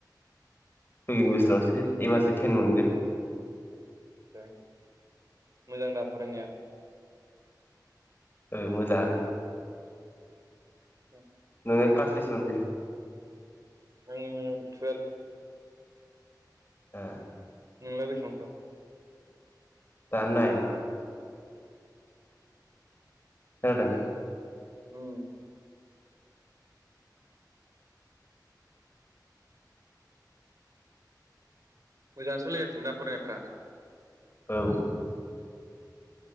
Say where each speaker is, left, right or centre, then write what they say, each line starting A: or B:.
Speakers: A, on the left (about 30°); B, on the right (about 50°).
A: फैगोन बोसोरावसो एबारसो टेन मोनगोन।
B: ए मोजां दा फरायनाया।
A: ओ मोजाङानो।
B: आदसा।
A: नों क्लास बेसे मोनखो?
B: आंङो टुवेल्फ।
A: ए।
B: नोंलाय बेसेबां क्लास?
A: दा नाइन। खोनादों।
B: उम। मोजां सलिगासिनो दा फरायनायफ्रा?
A: औ।